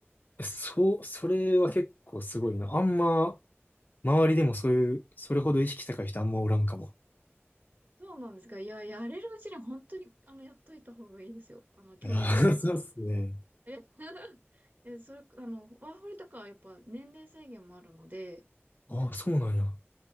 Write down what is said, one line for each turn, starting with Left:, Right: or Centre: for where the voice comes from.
Left: えそう、それは結構すごいな。あんま、周りでもそういう、それほど意識高い人あんまおらんかも。
Right: そうなんですか。いや、やれるうちに本当に、あの、やっといた方がいいですよ。あの、興味あるんだったら。
Left: いや <laughs> そうっすね。
Right: え、<laughs> え、それ、あの、ワーホリとかはやっぱ年齢制限もあるので、
Left: ああ、そうなんや。